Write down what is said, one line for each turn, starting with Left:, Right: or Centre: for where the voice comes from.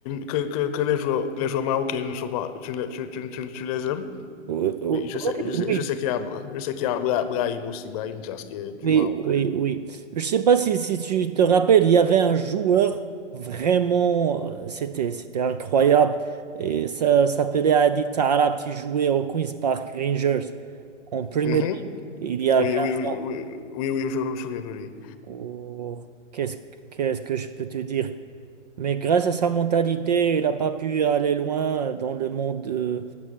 Left: que, que- que- les joueurs, les joueurs marocains ne sont pas, tu, les- tu, tu, tu, tu les aimes.
Right: oui,
Left: Et je sais, je sais,
Right: oui,
Left: je sais qu'il y a, je sais qu'il y a Bra- Brahim aussi, Brahim Diaz qui est du
Right: oui,
Left: Maroc.
Right: oui, oui. oui. Je sais pas si, si tu te rappelles, il y avait un joueur vraiment, euh, c'était, c'était incroyable. Et ça s'appelait Adil Taarabt, qui jouait au Queen's Park Rangers en Premier
Left: Mhm.
Right: League il y a
Left: Oui,
Right: 15
Left: oui, oui,
Right: ans.
Left: oui, oui, oui, je me souviens de lui.
Right: Oh, qu'est-ce, qu'est-ce que je peux te dire? Mais grâce à sa mentalité, il n'a pas pu aller loin dans le monde. euh,